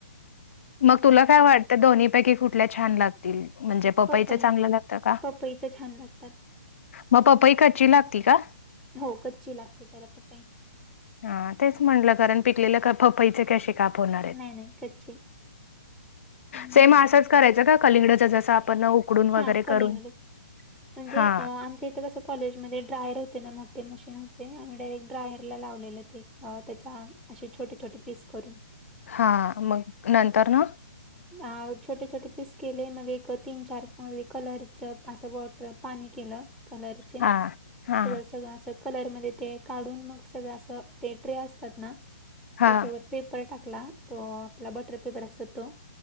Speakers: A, on the left (about 55°); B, in the centre.
A: मग तुला काय वाटतं दोन्हीपैकी कुठल्या छान लाग. <inaudible> लागतील म्हणजे पपाईच
B: पपई
A: चांगलं लागत का?
B: पपईच छान लागतात
A: मग पपई कच्ची लागती का?
B: हो कच्ची लागते त्याला पपई.
A: हा तेच म्हंटलं कारण पिकलेलं का पपईचे कसे खाप होणार. आहेत
B: नाही, नाही कच्ची. हम्म
A: सेम असंच करायचं का कलिंगडच जस आपण उकडून वगैरे
B: हा कलिंगड
A: करून
B: म्हणजे.
A: हा
B: आमच्या इथं कसं कॉलेजमध्ये ड्रायर होते ना मोठे मशीन होते. <inaudible> आम्ही डायरेट ड्रायर लावले ते. अ त्याच्या असे छोटे छोटे पीस करून.
A: हा मग नंतर ना.
B: अ छोटे छोटे पीस केले मग एक तीन चार कलरच असं परत पाणी केलं कलरचे.
A: हा हा
B: त्याच्यावर सगळं असं कलरमध्ये ते काढून मग सगळं असं ते ट्रे असतात ना,
A: हा
B: त्याच्यावर पेपर टाकला तो आपला बटर पेपर असतो तो.